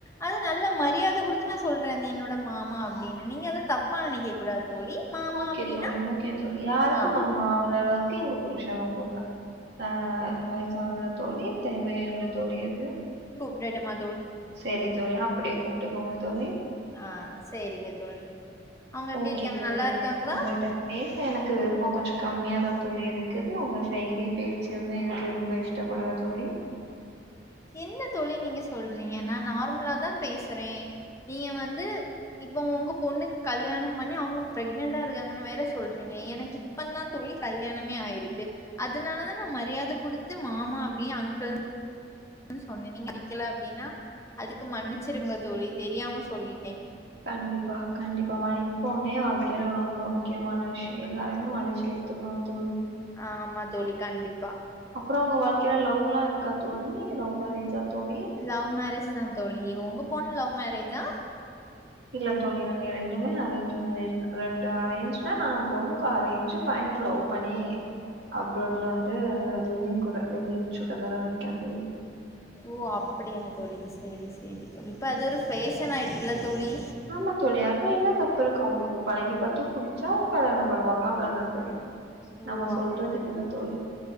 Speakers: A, on the left; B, on the right.
A: அது நல்ல மரியாத குடுத்து நா சொல்ற அது என்னோட மாமா அப்டின் நீங்க அது தப்பா நெனைக்க கூடாது தோழி மாமா
B: ஓகே
A: அப்படின்னா
B: தோழி ஓகே தோழி யாருக்கு
A: ஆ
B: மாமா அவர அளவுக்கு எங்க புருஷ் த ரொம்பக்கா ஆ வயசானதுல தோழி தேவையான தோழி அது
A: றடுமா
B: சேரி தோழி அப்டியே கூப்ட்டுக்கோங்க தோழி
A: ஆ சரிங்க தோழி அவங்க எப்படி
B: ஓகே
A: இருக்காங்க
B: தோழி
A: நல்லா இருக்காங்களா
B: உங்கள்ட்டா பேச எனக்கு விருப்ப கொஞ்ச கம்மியாதா தோழி இருக்குது உங்க சைகை பேச்சது எனக்கு ரொம்ப இஷ்டப்படல தோழி
A: என்ன தோழி நீங்க சொல்றீங்க நா நார் மலாதா பேசுறே நீங்க வந்து இப்ப ஒங்க பொண்ணுக்கு கல்யாணம் பண்ணி அவங்க பிரெக்னென்டா இருக்காங்கன்னு வேற சொல்றீங்க எனக்கு இப்ப தா தோழி கல்யாணமே ஆயிருக்கு அதனாலதா நா மரியாத குடுத்து மாமா அப்டி அங்கிள் சொன்னே நீங்க விக்கில அப்டின்னா அதுக் கு மன்னிச்சிருங்க தோழி தெரியாம சொ சொல்லிட்டே
B: கண்டிப்பா கண்டிப்பா மனிப்போனே வாழ்க்கையில ரொம்ப முக்கியமான விஷய எல்லாருமே மன்னிச்சி ஏத்துக்குணு தோழி
A: ஆமா தோழி கண்டிப்பா
B: அப்றோ ஒங்க வாழ்க்கைல லவ்லா இருக்காத்தோழி இது லவ் மேரேஜா தோழி
A: லவ் மரேஜ் தா தோழி உங்க பொண்ணு லவ் மரேஜா
B: இல்ல தோழி நாங்க ரெண்டுமே அரேஞ்ச் மேரேஜ் தா ரெண்டு அரேஞ்னா நா பொண்ணுக்கு அரேஞ்சு பைய லவ் பண்ணி அப்ராட்ல வந்து லிவ்விங் கூட லிவ்விங் டுக்கேதரா இருக்கா தோழி
A: ஓ அப்படியா தோழி சேரி சேரி தோழி இப்ப அது ஒரு பேஷன் ஆயிட்டுல்ல தோழி
B: ஆமா தோழி அதுல என்ன தப்பு இருக்கு அவங்களுக்கு பழகி பாத்து புடிச்சா கல்யாணோ பண்ணுவாங்க அவ்ளந் தா தோழி
A: ஓ
B: நம்ம சொல்றதுக்கு
A: அப்படியா
B: இல்ல தோழி